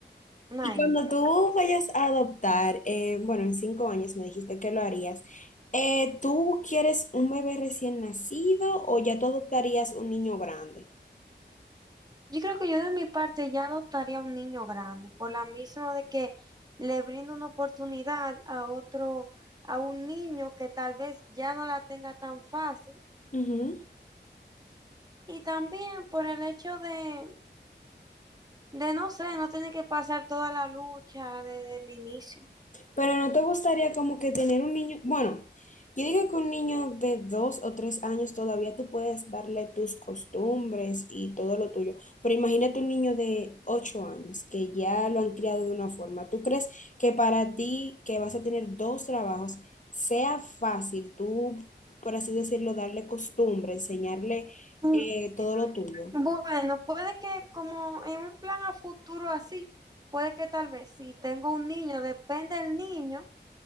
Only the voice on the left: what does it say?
Y cuando
tú vayas a adoptar, eh, bueno, en cinco años me dijiste que lo harías, eh, ¿tú quieres un bebé recién nacido o ya tú adoptarías un niño grande?
Ujú.
Pero no te gustaría como que tener un niño, bueno, yo digo que un niño de dos o tres años todavía tú puedes darle tus costumbres y todo lo tuyo, pero imagínate un niño de ocho años que ya lo han criado de una forma. ¿Tú crees que para ti que vas a tener dos trabajos sea fácil tú, por así decirlo, darle costumbre, enseñarle
eh, todo lo tuyo?